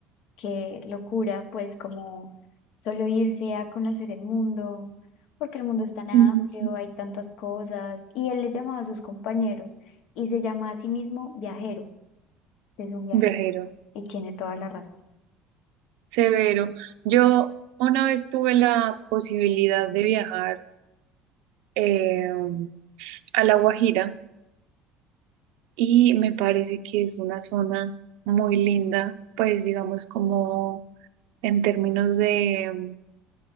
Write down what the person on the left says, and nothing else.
Qué locura, pues como solo irse a conocer el mundo, porque el mundo es tan amplio,
hay tantas cosas. Y él le llamaba a sus compañeros y se llama a sí mismo viajero, es un viajero
y tiene toda la razón.